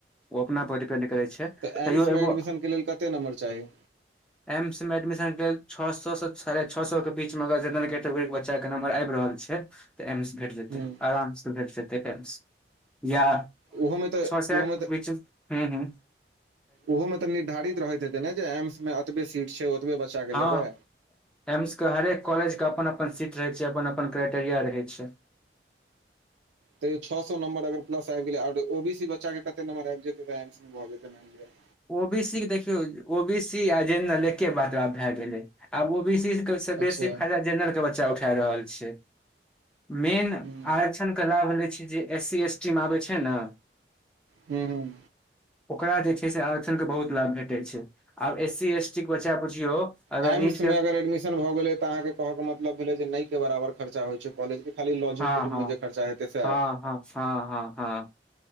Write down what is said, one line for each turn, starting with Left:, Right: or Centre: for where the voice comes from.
Centre: ओ अपना पर डिपेंड करे छै
Right: तऽ
Centre: तैयो
Right: एम्समे
Centre: एगो
Right: एडमिशनके लेल कते नम्बर चाही
Centre: एम्स मे एडमिशनके लेल छओ सए सँ साढ़े छओ सए के बीचमे अगर जेनर कैटेगरीक के बच्चाके नंबर आबि रहल छै तऽ एम्स भेट जेतै
Right: हूँ
Centre: आरामसँ भेट जेतै एम्स या
Right: ओहोमे तऽ
Centre: <unintelligible>
Right: ओहोमे
Centre: हुं हुं
Right: ओहो मे तऽ निर्धारित रहैत हेत ने जे एम्स मे एतबे सीट छै ओतबे बच्चा के
Centre: हँ
Right: लेबै
Centre: एम्स के हरेक कॉलेज के अपन अपन सीट रहै छै अपन अपन क्राइटेरिया रहै छै
Right: तैय छओ सए नंबर अगर पलस आबि गेलै ओ बी सी बच्चा के कते नंबर आब जेतै त एमस मे भऽ जेतै मानि लिअ
Centre: ओ बी सी के देखियौ ओ बी सी आ जेनरल एके बात आब भए गेलै आब ओ बी सी से बेसी
Right: अच्छा
Centre: फायदा जेनरल के बच्चा उठा रहल छै मेन
Right: हूँ
Centre: आरक्षणके लाभ होै छै जे एस सी एस टीमे आबै छै ने
Right: हूँ हूँ
Centre: ओकरा जे आरक्षण के बहुत लाभ भेटे छै आब एस सी एसटी के बच्चा बुझियौ अगर
Right: एम्स
Centre: नीट के
Right: मे अगर एडमिशन भऽ गेलै तऽ अहाँके कहऽ के मतलब भेलै जे नहि के बराबर खर्चा होइ छै कॉलेज के खाली लॉजिंग
Centre: हँ
Right: फूडिंग
Centre: हँ
Right: मे जे खर्चा हेते सैह
Centre: हँ हँ हँ हँ हँ